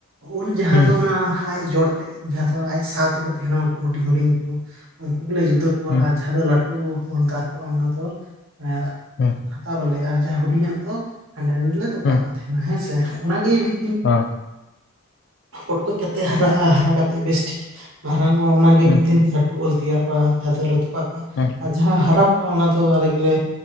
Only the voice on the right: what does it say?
ᱩᱞ ᱡᱟᱦᱟᱸ
ᱫᱚ ᱚᱱᱟ ᱟᱡ ᱡᱚᱴ ᱡᱟᱦᱟᱸ ᱫᱚ ᱟᱡ ᱥᱟᱶᱛᱮᱠᱚ ᱛᱟᱦᱮᱱᱟ ᱡᱟᱦᱟ ᱫᱚ ᱟᱭᱥᱟᱶ ᱛᱮ ᱩᱱᱠᱩ ᱦᱩᱰᱤᱧ ᱦᱩᱰᱤᱧ ᱟᱠᱠᱩ ᱩᱱᱠᱩ ᱜᱮᱞᱮ ᱡᱩᱫᱟᱹ ᱠᱚᱣᱟ
ᱟᱨ ᱡᱟᱦᱟᱸ ᱫᱚ ᱞᱟᱹᱴᱩ ᱮᱠᱴᱩ ᱚᱞᱫᱟ ᱠᱚᱜᱼᱟ ᱚᱱᱟ ᱫᱚ ᱮ
ᱦᱟᱛᱣᱟ ᱵᱟᱟᱞᱮ ᱟᱨ ᱡᱟᱦᱟᱸ ᱦᱩᱰᱤᱧᱟᱜ ᱫᱚ ᱦᱟᱸᱰᱮ ᱱᱟᱰᱮ ᱞᱮ ᱛᱚᱯᱟ
ᱠᱚᱜ ᱛᱟᱦᱮᱱᱟ ᱦᱮᱸᱥᱮ ᱚᱱᱟᱜᱮ ᱢᱤᱫ ᱫᱤᱱ
ᱯᱚᱴᱠᱚᱡ ᱠᱟᱛᱮ ᱦᱟᱨᱟᱜᱼᱟ ᱦᱟᱨᱟ ᱠᱟᱛᱮ ᱵᱮᱥ ᱴᱷᱤᱠ ᱢᱟᱨᱟᱝ ᱚᱚᱜᱼᱟ ᱚᱱᱟᱜᱮ
ᱢᱤᱫ ᱫᱤᱱ ᱞᱟᱹᱴᱩ ᱚᱞ ᱛᱮᱭᱟᱨᱚᱜᱼᱟ ᱡᱟᱦᱟᱸ ᱫᱚᱞᱮ ᱛᱚᱯᱟᱜ ᱠᱟᱜᱼᱟ᱾
ᱟᱨ ᱡᱟᱦᱟᱸ ᱦᱟᱨᱟ ᱠᱚᱜᱼᱟ ᱚᱱᱟ ᱫᱚ ᱟᱞᱮ ᱜᱮᱞᱮ